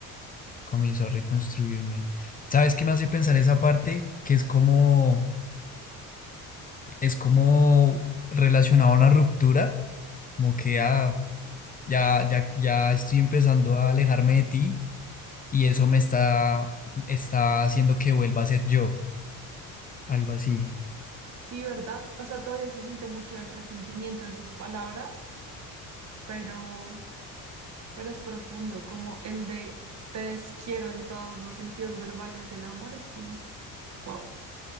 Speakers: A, on the left; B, on the right.
A: comenzó a reconstruirme. ¿Sabes qué me hace pensar esa parte? Que es como, es como relacionado a una ruptura, como que ah, ya, ya, ya estoy empezando a alejarme de ti y eso me está, está haciendo que vuelva a ser yo, algo así.
B: Sí, ¿verdad? O sea, todavía se siente mucho el resentimiento en sus palabras, pero, pero es profundo, como el de te desquiero en todos los sentidos verbales del amor, es como, wow.